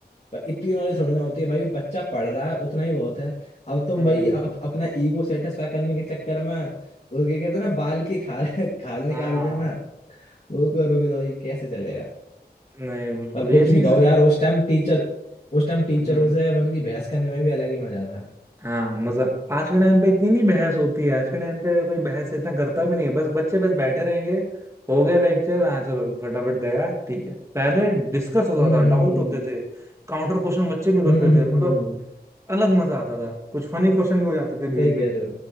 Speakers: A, on the left; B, on the right.
A: पर इतनी नॉलेज थोड़ी ना होती है भाई बच्चा पढ़ रहा है उतना ही बहुत है अब तुम
B: हम्म
A: भाई अप, अपना ईगो सेटिस्फाई करने के चक्कर में उसके कहते हैं ना बाल की खाल <laughs> खाल निकाल
B: हाँ
A: देना वो करोगे तो भाई कैसे चलेगा
B: नहीं बिल्कुल
A: पर कुछ
B: ये
A: भी
B: चीज
A: गाओ यार उस टाइम टीचर उस टाइम टीचरों
B: हम्म
A: से मतलब कि बहस करने में भी अलग ही मजा था
B: हाँ मतलब आज के टाइम पे इतनी नहीं बहस होती है आज के टाइम पे कोई बहस इतना करता भी नहीं है बस बच्चे बस बैठे रहेंगे हो गया लेक्चर हाँ चलो फटाफट गया ठीक है पहले डिस्कस होता
A: हम्म
B: था डाउट
A: हम्म
B: होते थे काउंटर क्वेश्चन बच्चे भी करते
A: हम्म हम्म
B: थे मतलब
A: हम्म हम्म,
B: अलग मजा आता था कुछ फनी क्वेश्चन भी हो जाते थे बीच
A: सही
B: बीच
A: कह रहे
B: में
A: हो